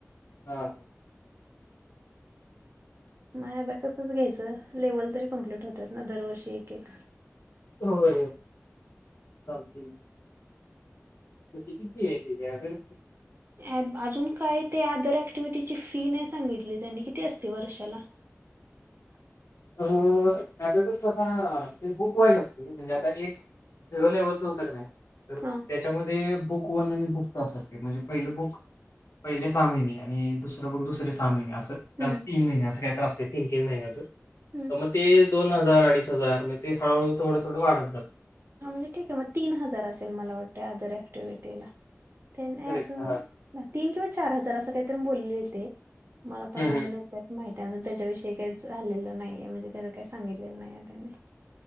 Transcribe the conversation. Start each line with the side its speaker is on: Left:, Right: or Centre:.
Left: हा हाल...
Right: मायाभ्या कसच घ्यायचं लेव्हल तरी कंप्लीट होतात ना दरवर्षी एक एक.
Left: हो ल ठी.. किती.. <unintelligible>
Right: ॲप अजून काय ते अदर ऍक्टिव्हटीची फी नाही सांगितली त्यांनी किती असते वर्षाला.
Left: अ त्या स्ता बुक व्हाय शगते म्हणजे आता ए झिरो लेवलचं होतं क नाही. तर त्याच्यामध्ये
Right: हा
Left: बुक वन आणि बुक तस असते म्हणजे पहिलं बुक. पहिले सहा महिने आणि दुसरं करून दुसरे सहा महिने अस. तर क्लास
Right: हम्म
Left: तीन महिने असं काहीतरी असतं तीन-तीन महिन्याचं
Right: हम्म
Left: म ते दोन. दोन हजार अडीच हजार मग ते हळहळू थोडं, थोड वाढतात.
Right: हा म्हणजे ठीक आहे, मग तीन हजार असेल मला वाटतें अदर ऍक्टिव्हिटीला. ते नाही
Left: करेक्ट.
Right: असून
Left: हां.
Right: तीन किंवा चार हजार असं काहीतरी बोलले ते. मला पण
Left: हं,
Right: अजून
Left: हं.
Right: एक्झॅक्ट माहिती. त्या अजून त्याच्याविषयी काही झाल्लेलं नाहीये म्हणजे त्याच काही सांगितलेलं नाही त्यांनी.